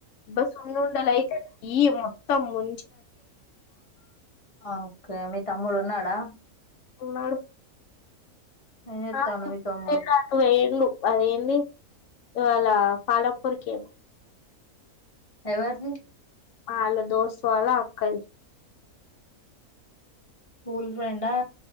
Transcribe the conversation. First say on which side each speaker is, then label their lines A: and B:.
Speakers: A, on the left; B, on the left.
A: బస్ ఉం ఉందల అయితే ఈ మొత్తం ము
B: ఆ ఓకే మీ తమ్ముడు ఉన్నాడా
A: ఉన్నాడు
B: ఏం చెప్తాండు
A: ఆ చెప్పులు
B: మీ తమ్ముడు
A: లేక అటు వేళ్ళు వాలా ఏంది ఇవాళ పాలపూరికేమో
B: ఎవరుది
A: వాళ్ల దోస్త్ వాళ్ల అక్క ది
B: స్కూల్ ఫ్రెండ్ ఆ